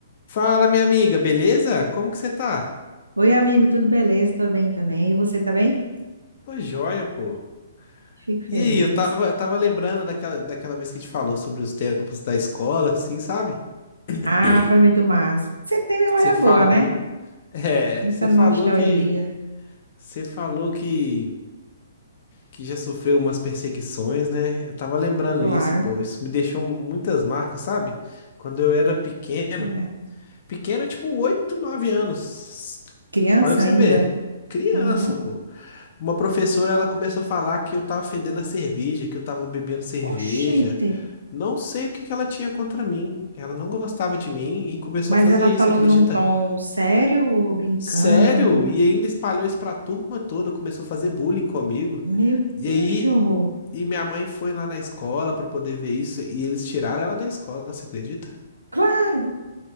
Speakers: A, on the left; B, on the right.
A: Fala, minha amiga, beleza? Como que você tá?
B: Oi, amigo, tudo beleza? Tô bem também. E você tá bem?
A: Tô joia, pô.
B: Fico feliz.
A: E aí, eu tava, eu tava lembrando daquela, daquela vez que a gente falou sobre os tempos da escola, assim, sabe?
B: Ah,
A: <clears throat>
B: foi muito massa. Sempre tem memória
A: Você
B: boa,
A: falou,
B: né?
A: é,
B: Muita
A: você
B: nostalgia,
A: falou que, você falou que, que já sofreu umas perseguições, né? Eu tava lembrando
B: claro.
A: isso, pô. Isso me deixou muitas marcas, sabe? Quando eu era pequeno,
B: É.
A: pequeno, tipo, 8, 9 anos.
B: Criança
A: Olha pra
B: ainda,
A: você ver.
B: né?
A: Criança,
B: Uhum.
A: pô. Uma professora, ela começou a falar que eu tava fedendo a cerveja, que eu tava bebendo cerveja.
B: Oxente!
A: Não sei o que que ela tinha contra mim. Ela não gostava de mim e começou
B: Mas
A: a fazer
B: ela
A: isso,
B: falou
A: acredita?
B: num tom sério ou brincando?
A: Sério? E ainda espalhou isso pra turma toda, começou a fazer bullying comigo.
B: Meu
A: E
B: Deus,
A: aí,
B: que horror!
A: e minha mãe foi lá na escola pra poder ver isso e eles tiraram ela da escola, você acredita?
B: Claro,